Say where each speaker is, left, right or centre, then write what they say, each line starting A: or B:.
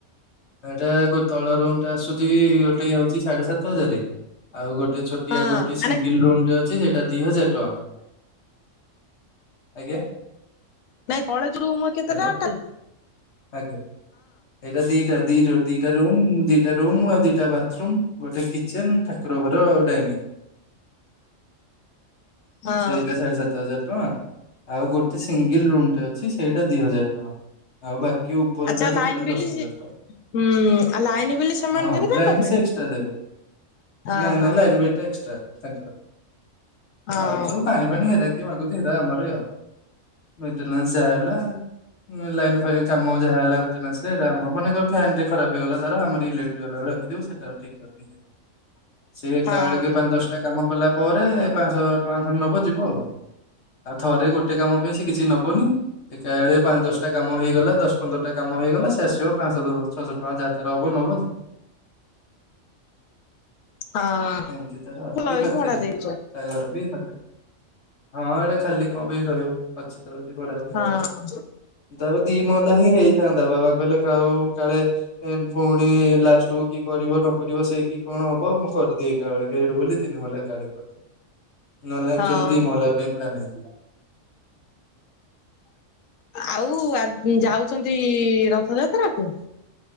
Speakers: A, on the left; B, on the left.
A: ଏଟା ଗୋ ତଳ ରୁମଟା ଆସୁଛି ଗୋଟେ ହଉଛି ସାଢେ ସାତ ହଜାର। ଆଉ ଗୋଟେ ଛୋଟିଆ
B: ହଁ
A: ଗୋଟେ
B: ମାନେ
A: ସିଙ୍ଗଲ ରୁମଟେ ଅଛି ସେଇଟା ଦି ହଜାର ଟଙ୍କା। ଆଜ୍ଞା।
B: ନାଇଁ ତଳେ ଜୁମ କେତେଟା
A: ହ୍ୟାଲୋ
B: ଅଟେ?
A: ଆଜ୍ଞା ଏଇଟା ଦିଟା ଦିଟ ଦିଟା ରୁମ। ଦିଟା ରୁମ୍ ଆଉ ଦିଟା ବାଥରୁମ୍ ଗୋଟେ କିଚେନ ଠାକୁର ଘର ଆଉ। ଡାଇନି
B: ହଁ
A: ସେଇଟା ସାଢେ ସାତ ହଜାର ଟଙ୍କା। ଆଉ ଗୋଟେ ସିଙ୍ଗଲ ରୁମଟେ ଅଛି ସେଇଟା ଦି ହଜାର ଟଙ୍କା ଆଉ ବାକି କି ଉପରଟା
B: ଆଚ୍ଛା
A: ଟୋଟାଲ
B: ଲାଇନ ବିଲ୍
A: ଦଶ ହଜାର ଟଙ୍କା।
B: ହୁଁ ଆଉ ଲାଇନ ବିଲ ସେମାନ
A: ହଁ
B: ଦେବେ ନା
A: ଲାଇନ
B: ତମେ?
A: ସେ ଏକ୍ସଟ୍ରା ଦେବେ
B: ହଁ
A: ନାଇଁ
B: ହଁ
A: ନାଇଁ ଲାଇନ ବିଲ ଟା ଏକ୍ସଟ୍ରା ତାଙ୍କର
B: ହଁ
A: ଆଉ ସବୁ ପାଣି ଫାଣି ହେରା ମାଗୁଛି ହେରା ଆମରି ଆଉ ମେଣ୍ଟେନାସ ଯାହା ହେଲା ଲାଇନ ଫାଇନ କାମ ଯାହା ଲାଗୁଛି ମେସରେ ହେଟା ଆମ ମନେ କର ଫ୍ୟାନଟେ ଖରାପ ହେଇଗଲା ତାର ଆମରି ଇଲେକ୍ଟ୍ରିକ ବାଲା କୁ ଡାକିଦଉ ସେ ତ ଠିକ କ <unintelligible> ସେ ଏକା
B: ହଁ
A: ବେଳେକେ ପାଞ୍ଚ ଦଶଟା କାମ କଲା ପରେ ପାଞ୍ଚଶହ ଟଙ୍କା ଖଣ୍ଡେ ନବ ଯିବ ଆଉ। ଆଉ ଥରେ ଗୋଟେ କାମ ପାଇଁ ସେ କିଛି ନବନି ଏକାଳେ ପାଞ୍ଚ ଦଶଟା କାମ। କାମ ହେଇଗଲା ଦଶ ପନ୍ଦରଟା କାମ ହେଇଗଲା ସେ ଆସିବ ପାଞ୍ଚଶହ ଛଅଶହ ଟଙ୍କା ଯାହା ତାର ହବ ନବ ଯିବ।
B: ହଁ
A: ଏମିତି ତାର
B: ଭଲ
A: ବି
B: ଏଇ
A: ପାଖରେ
B: ଭଡା ଦେଇଛ।
A: ତା ଘରବି ଏଇ ପାଖରେ। ହଁ ଏଇଟା ଖାଲି କଣ ପାଇଁ ରହିବ ଅଛି ତ ଏଠି ବଢା ଦିଆହବ।
B: ହଁ
A: ତାପରେ ଦି ମହଲା ହିଁ ହେଇଥାନ୍ତା ବାବା କହିଲେ ଆଉ କାଳେ ପୁଣି ଲାଷ୍ଟକୁ କିଏ କରିବ ନ କରିବ ସେ କି କଣ ହବ ମୁଁ କରିଦି। ଏକାବେଳେ କେ ହେଇଟି ବୋଲି ତିନି ମହଲା ଏକା ବେଳେକେ ହେଇ ପାରୁଚି। ନହେଲେ ଆଚଲି
B: ହଁ
A: ଦି ମହଲା ପାଇଁ ପ୍ଲାନ୍ ହେଇଥିଲା।
B: ଆଉ ଆ ଯାଉଛନ୍ତି ରଥଯାତ୍ରାକୁ?